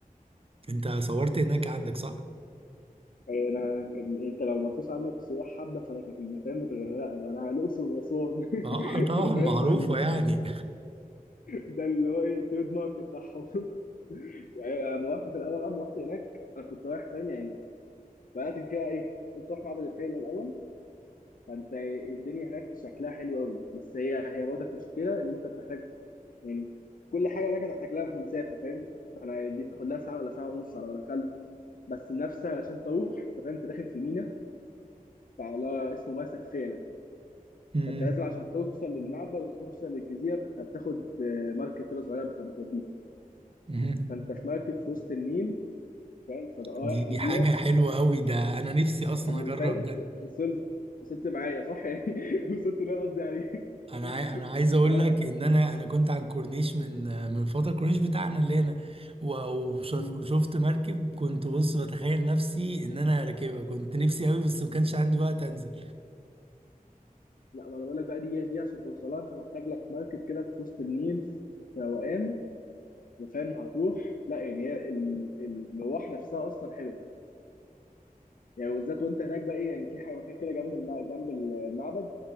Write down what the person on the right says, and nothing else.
انت صورت هناك عندك صح؟
اه
طبعا
معروفة
يعني
مم،
مم.
دي
حاجة حلوة قوي ده انا نفسي اصلا
اجرب
ده
انا عاي... انا عايز اقول
لك ان انا انا كنت عن كورنيش من من فترة الكورنيش بتاعنا اللي هنا و- وشف-
وشفت مركب كنت بص بتخيل نفسي ان انا راكبها كنت نفسي قوي بس ما كانش عندي وقت انزل